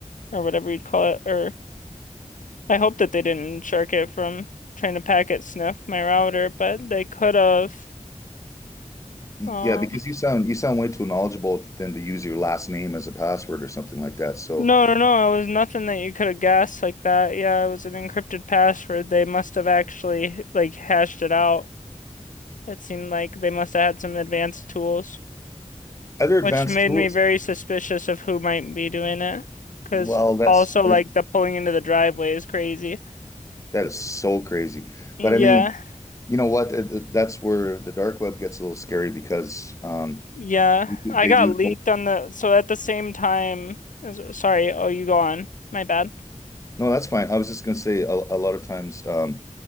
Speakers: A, on the left; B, on the left.
A: or whatever you'd call it. Or I hope that they didn't shark it from trying to packet sniff my router, but they could have. um,
B: yeah, because you sound, you sound way too knowledgeable than to use your last name as a password or something like that. So
A: No, no, no. It was nothing that you could have guessed like that. Yeah, it was an encrypted password. They must have actually like hashed it out. It seemed like they must have had some advanced tools,
B: other advanced
A: which made
B: tools,
A: me very suspicious of who might be doing it. Because
B: well, that's,
A: also
B: that,
A: like the pulling into the driveway is crazy.
B: that is so crazy.
A: Yeah,
B: But I mean, you know what? Th- th- That's where the dark web gets a little scary because um,
A: yeah.
B: they do
A: I
B: they
A: got
B: do
A: leaked on the so at the same time as sorry. Oh, you go on. My bad.
B: No, that's fine. I was just going to say a, a lot of times um,